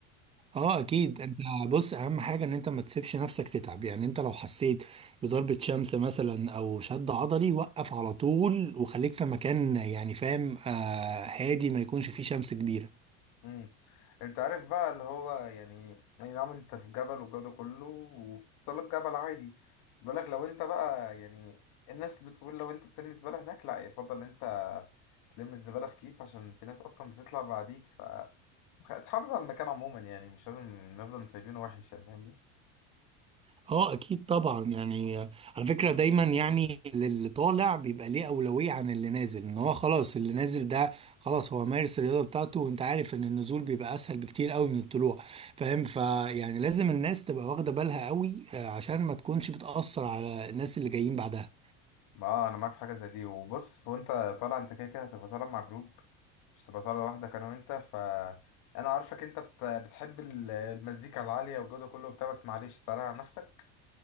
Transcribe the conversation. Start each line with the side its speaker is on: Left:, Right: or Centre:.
Right: اه اكيد انت بص اهم حاجة ان انت ما تسيبش نفسك تتعب يعني انت لو حسيت بضربة شمس مثلا او شد عضلي وقف على طول وخليك في مكان يعني فاهم آه هادي ما يكونش فيه شمس كبيرة
Left: امم انت عارف بقى اللي هو يعني يعني نعم انت في جبل والجو ده كله وبتصل لك جبل عادي بيقولك لو انت بقى يعني الناس بتقول لو انت بترمي الزبالة هناك لا يفضل ان انت تلم الزبالة في كيس عشان في ناس اصلا بتطلع بعديك فتحافظ على المكان عموما يعني مش لازم نفضل سايبينه وحش يعني فاهمني
Right: اه اكيد طبعا يعني على فكره دايما يعني اللي طالع بيبقى ليه اولويه عن اللي نازل ان هو خلاص اللي نازل ده خلاص هو مارس الرياضه بتاعته وانت عارف ان النزول بيبقى اسهل بكتير قوي من الطلوع فاهم فيعني لازم الناس تبقى واخده بالها قوي آه، عشان ما تكونش بتاثر على الناس اللي جايين بعدها
Left: ما انا معاك في حاجة زي دي وبص وانت طالع انت كده كده هتبقى طالع مع جروب مش تبقى طالع لوحدك انا وانت ف انا عارفك انت بت- بتحب ال- المزيكا العاليه والجو ده كله وبتاع بس معلش تعالى على نفسك